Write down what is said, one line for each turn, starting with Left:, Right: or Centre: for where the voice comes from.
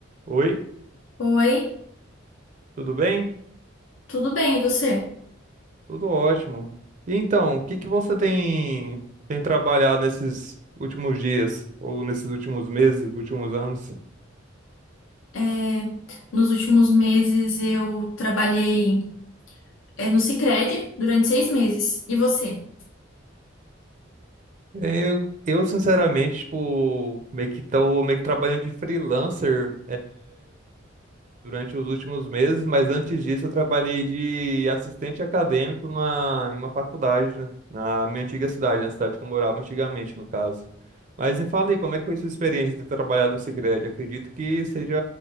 Right: Oi,
Left: Oi,
Right: tudo bem?
Left: tudo bem, e você?
Right: Tudo ótimo. E então, o que que você tem tem trabalhado nesses últimos dias ou nesses últimos meses, últimos anos?
Left: É, nos últimos meses eu trabalhei, é, no Sicredi durante seis meses. E você?
Right: Eu, eu sinceramente, tipo, meio que tô meio que trabalhando de freelancer, durante os últimos meses, mas antes disso eu trabalhei de assistente acadêmico numa, em uma faculdade, né, na minha antiga cidade, na cidade que eu morava antigamente, no caso. Mas me fale aí, como é que foi sua experiência de ter trabalhado no Sicredi? Acredito que seja,